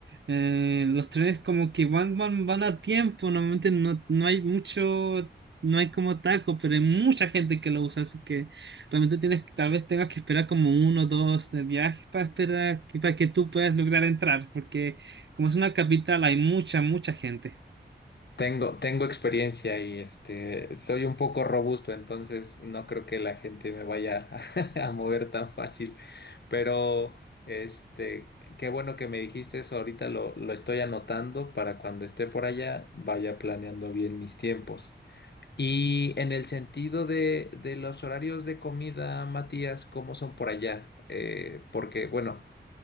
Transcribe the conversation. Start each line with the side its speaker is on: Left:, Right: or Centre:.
Right: eh, los trenes como que van, van, van a tiempo, normalmente no, no hay mucho, no hay como taco, pero hay mucha gente que lo usa, así que realmente tienes, que- tal vez tengas que esperar como uno o dos de viajes para esperar, que- para que tú puedas lograr entrar, porque como es una capital, hay mucha, mucha gente.
Left: Tengo, tengo experiencia y este, soy un poco robusto, entonces no creo que la gente me vaya <laughs> a, mover tan fácil. Pero este, qué bueno que me dijiste eso, ahorita lo, lo estoy anotando para cuando esté por allá vaya planeando bien mis tiempos. Y en el sentido de, de los horarios de comida, Matías, ¿cómo son por allá? Eh, porque, bueno,